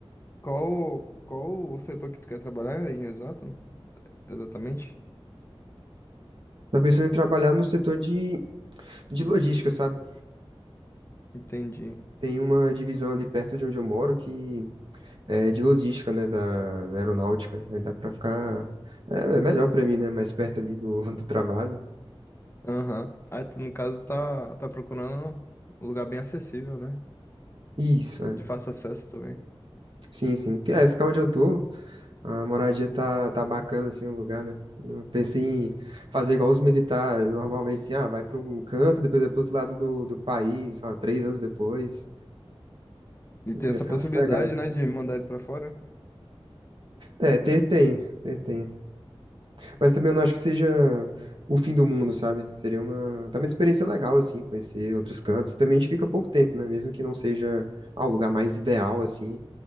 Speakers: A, on the left; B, on the right.
A: qual, qual o setor que tu quer trabalhar em exato? Exatamente?
B: Tô pensando em trabalhar no setor de, de logística, sabe?
A: Entendi.
B: Tem uma divisão ali perto de onde eu moro que é, de logística, né, da, da aeronáutica. Aí dá pra ficar. É, é melhor pra mim, né? Mais perto ali do, <laughs> do trabalho.
A: Aham. Aí tu, no caso, tá, tá procurando um lugar bem acessível, né?
B: Isso, é.
A: de fácil acesso também.
B: Sim, sim. Fi- É, ficar onde eu tô, a moradia tá, tá bacana, assim, o lugar, né? Eu não pensei em fazer igual os militares, normalmente, assim, ah, vai pra um canto, depois vai pro outro lado do, do país, sei lá, três anos depois.
A: E
B: Eu
A: tem
B: Queria
A: essa
B: ficar
A: possibilidade,
B: sossegado.
A: né, de mandar ele pra fora.
B: É, ter tem, ter tem. Mas também eu não acho que seja o fim do mundo, sabe? Seria uma, tá uma experiência legal, assim, conhecer outros cantos. Também a gente fica pouco tempo, né? Mesmo que não seja ah, o lugar mais ideal, assim,